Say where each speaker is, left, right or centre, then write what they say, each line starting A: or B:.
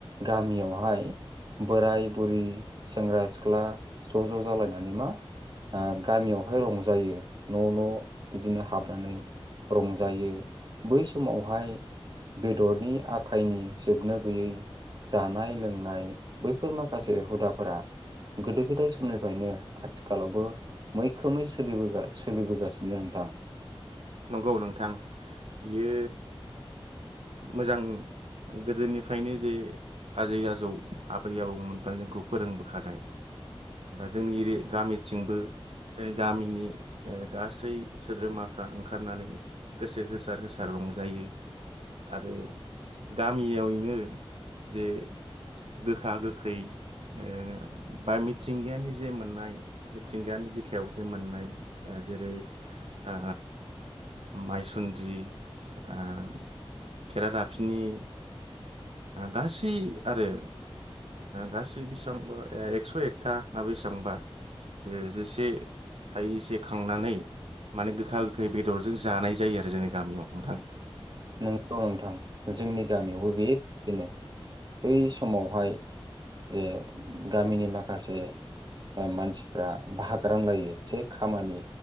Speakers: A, on the right; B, on the right.
A: गामियावहाय बोराय बुरि सेंग्रा सिख्ला ज' ज' जालायनानै मा ओ गामियावहाय रंजायो न' न' बिदिनो हाबनानै रंजायो बै समावहाय बेदरनि आखायनि जोबनो गैयै जानाय लोंनाय बैफोर माखासे हुदाफोरा गोदो गोदाय समनिफ्रायनो आथिखालावबो मैखोमै सोलिबो- सोलिबोगासिनो नोंथां।
B: नंगौ नोंथां बियो मोजां गोदोनिफ्रायनो जे आजै आजौ आबै आबौमोनफ्रा जोंखौ फोरोंबोखानाय जोंनि गामिथिंबो जोंनि गामिनि ओ गासै सोद्रोमाफ्रा ओंखारनानै गोसो होसार होसार रंजायो आरो गामियावैनो जे गोखा गोखै ओ बा मिथिंगायानि जे मोननाय मिथिंगानि बिखायाव जे मोननाय जेरै ओ माइसुन्द्रि ओ खेरादाफिनि गासै आरो गासै बेसेबांबा एक्स' एकथा ना बेसेबांबा जे जेसे हायैसे खांनानै माने गोखा गोखा गोखै बेदरजों जानाय जायो आरो जोंनि गामियाव नोंथां।
A: नंगौ नोंथां जोंनि गामियावबो बेबायदिनो बै समावहाय जे गामिनि माखासे ओ मानसिफ्रा भागरान लायो जे खामानि